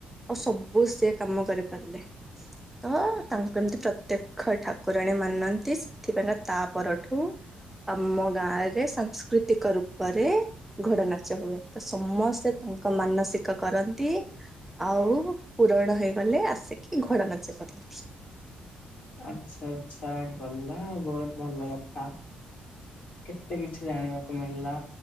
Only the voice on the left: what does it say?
ଆଚ୍ଛା ଆଛା ଗଲା ବହୁତ୍ ଭଲ କଥା। କେତେ କିଛି ଜାଣିବାକୁ ମିଲା।